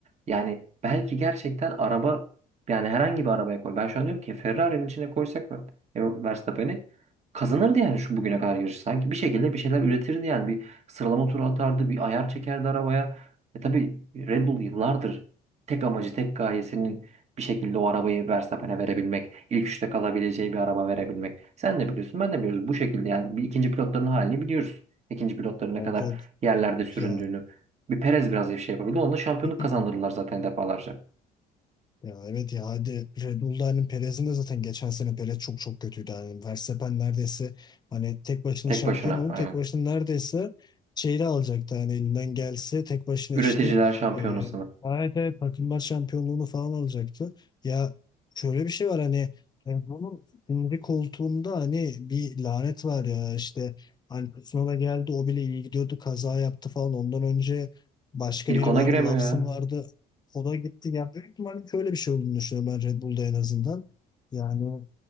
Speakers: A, on the right (about 40°); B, on the left (about 25°).
A: yani belki gerçekten araba yani herhangi bir arabaya koy. Ben şu an diyorum ki Ferrari'nin içine koysak mı Hem- Verstappen'i kazanırdı yani şu bugüne kadar yarışı. Sanki bir şekilde bir şeyler üretirdi yani bir sıralama turu atardı bir ayar çekerdi arabaya. E tabii Red Bull yıllardır tek amacı tek gayesinin bir şekilde o arabayı Verstappen'e verebilmek, ilk üçte kalabileceği bir araba verebilmek. Sen de biliyorsun, ben de biliyoruz. Bu şekilde yani bir ikinci pilotların halini biliyoruz. İkinci pilotların
B: Evet
A: ne kadar
B: evet.
A: yerlerde süründüğünü.
B: Ya
A: Bir Perez biraz bir şey yapabildi. Onda şampiyonluk
B: <clears throat>
A: kazandırırlar zaten defalarca.
B: Ya evet ya hadi Red Bull'da hani Perez'in de zaten geçen sene Perez çok çok kötüydü. Yani Verstappen neredeyse hani tek başına
A: Tek
B: şampiyon
A: başına
B: oldu.
A: aynen.
B: Tek başına neredeyse şeyle alacaktı hani elinden gelse tek başına
A: Üreticiler
B: işte
A: şampiyonasını.
B: e, evet evet takımlar şampiyonluğunu falan alacaktı. Ya şöyle bir şey var hani Red Bull'un ikinci koltuğunda hani bir lanet var ya işte hani Tsunoda geldi o bile iyi gidiyordu kaza yaptı falan ondan önce Başka
A: İlk
B: biri
A: ona
B: vardı,
A: giremiyor
B: Lawson
A: ya.
B: vardı. O da gitti. Yani büyük ihtimalle şöyle bir şey olduğunu düşünüyorum ben Red Bull'da en azından. Yani